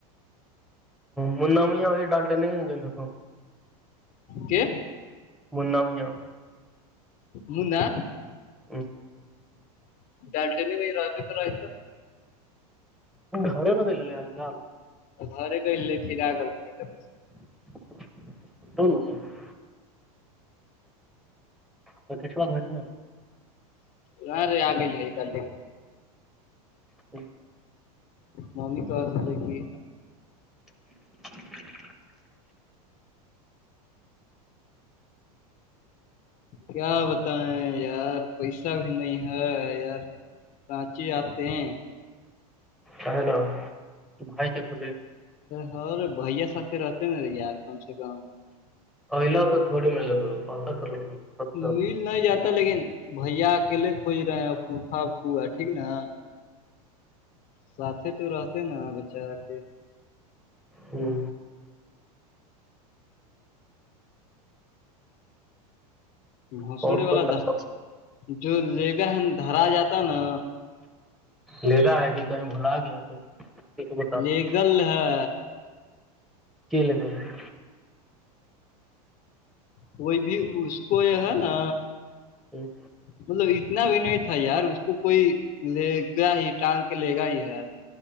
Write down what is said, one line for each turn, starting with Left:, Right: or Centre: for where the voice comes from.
Centre: منا ماں ڈالٹتے نہیں گئی لووں
Left: کہ
Centre: منا میاں
Left: مندا
Centre: <unintelligible>
Left: ڈالٹین گ رااب در آئیت
Centre: گرن د ل لے آ کال
Left: گھر گ لے گل تھ
Centre: <unintelligible> تو کشوا ہویا
Left: نہ رے آگل دی
Centre: ہوں
Left: ممی کہے کہ
Centre: <unintelligible>
Left: کیا بتائیں یار پیسہ بھی نہیں ہے یار سچی آتے ہیں
Centre: ہے نا بھائی کےھولے
Left: ہرے بھیا سات رہتے نا یار کم سے کم
Centre: الا تو تھوڑی می کرو پا کر ل خرچ
Left: مل نہیں جاتا لیکن بھیا اکیلے کھج رہے ہیں پفاوا ٹھیک نا س تو رہتے نا بیچارا کے
Centre: ہوں
Left: بھنسڑے
Centre: فون تو
Left: والا
Centre: لگا
Left: د جو لے گا ہےا دھرا جاتا نا
Centre: لے رہا ہے کہ کہیں بھلا گیا تو کسی بتا
Left: لیگل
Centre: دو
Left: ہے
Centre: ک لیےگول ہے
Left: کوئی بھی اس کو جو ہے نا
Centre: جی
Left: مطلب اتنا بھی نہیں تھا یار اس کو کوئی لے گیا ہی ٹانس کہ لے گا ہی ہے